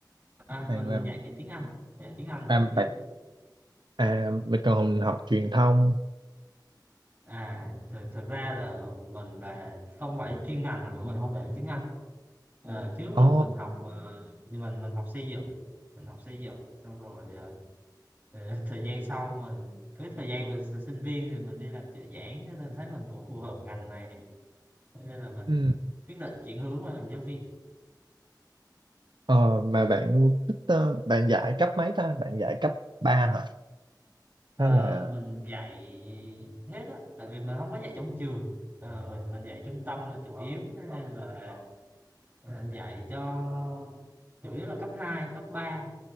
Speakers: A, on the right (about 25°); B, on the right (about 80°).
A: À,
B: bạn
A: mình
B: làm
A: mình dạy tiếng Anh, dạy tiếng Anh
B: à,
A: là chủ yếu.
B: bạn à mình còn học truyền thông
A: À, thực, thực ra là mình là không phải chuyên ngành của mình không phải tiếng Anh Ờ, trước là
B: ồ
A: mình học ờ, nhưng mình mình học xây dựng mình học xây dựng xong rồi ờ, ờ, <laughs> thời gian sau mình cứ thời gian mình s- sinh viên thì mình đi làm trợ giảng thế nên thấy mình cũng phù hợp ngành này Thế nên là mình
B: ừ.
A: quyết định chuyển hướng qua làm giáo viên
B: ờ, mà bạn thích ờ, bạn dạy cấp mấy ta bạn dạy cấp 3 hả
A: Ờ,
B: hay là
A: mình dạy hết á tại vì mình không có dạy trong trường Ờ, mình mình dạy trung tâm là chủ yếu thế nên là mình dạy cho chủ yếu là cấp 2 cấp ba